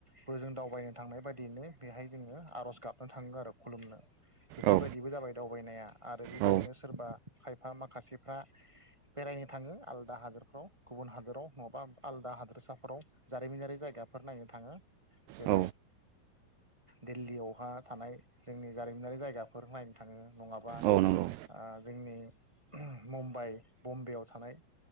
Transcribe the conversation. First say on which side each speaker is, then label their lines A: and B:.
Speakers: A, on the right (about 15°); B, on the right (about 85°).
A: बोजों दावबायनो थांनाय बायदियैनो बेहाय जोङो आरज गाबनो थाङो आरो खुलुमनो। बेफोरबायदिबो
B: औ
A: जाबाय। दावबायनाया आरो बेबायदिनो
B: औ
A: सोरबा फाइभ माखासेफ्रा बेरायनो थाङो आलदा हादोरफ्राव गुबुन हादोराव नङाबा आलदा हादोरसाफोराव जारिमिनारि जायगाफोर नायनो थाङो जेरै
B: औ
A: दिल्लीयावहा थानाय जोंनि जारिमिनारि जायगाफोर नायनो थाङो नङाबा
B: औ नंगौ
A: जोंनि मुम्बाइ बम्बेयाव थानाय